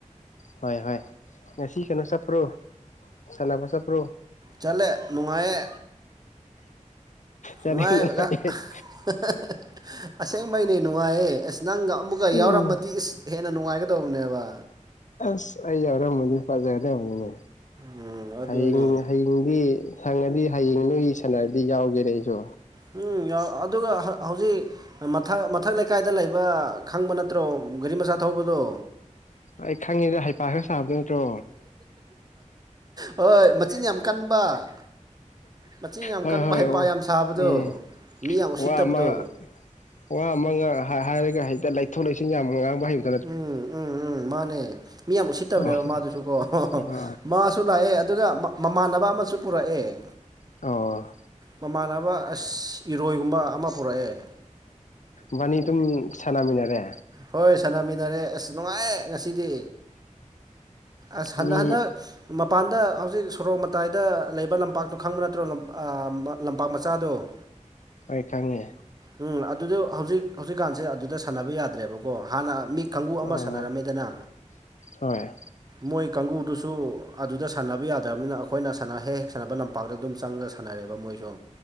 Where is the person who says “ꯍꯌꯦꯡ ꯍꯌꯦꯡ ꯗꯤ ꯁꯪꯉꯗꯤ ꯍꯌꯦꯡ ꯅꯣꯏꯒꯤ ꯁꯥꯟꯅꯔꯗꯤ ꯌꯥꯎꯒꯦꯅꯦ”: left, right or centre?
Left